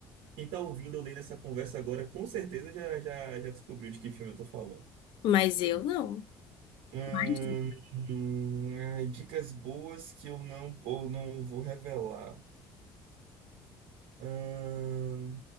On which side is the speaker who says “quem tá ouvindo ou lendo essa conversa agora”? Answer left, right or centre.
Right